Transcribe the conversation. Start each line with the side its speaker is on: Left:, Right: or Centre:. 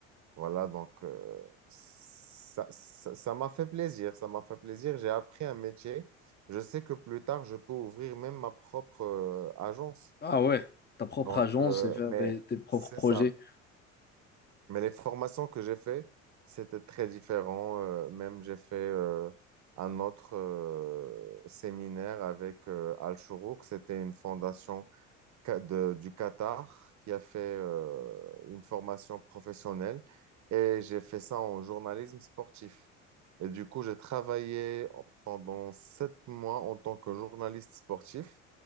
Right: voilà, donc euh, ça, ça, ça m'a fait plaisir, ça m'a fait plaisir. J'ai appris un métier. Je sais que plus tard, je peux ouvrir même ma propre euh, agence.
Left: Ah ouais. Ta propre
Right: Donc,
Left: agence
Right: euh,
Left: et faire
Right: mais
Left: tes, tes propres
Right: c'est
Left: projets.
Right: ça. Mais les formations que j'ai fait, c'était très différent. Euh, même j'ai fait euh, un autre euh, séminaire avec euh, Al Shourouk. C'était une fondation ca- de- du Qatar qui a fait euh, une formation professionnelle. Et j'ai fait ça en journalisme sportif. Et du coup, j'ai travaillé en- pendant sept mois en tant que journaliste sportif,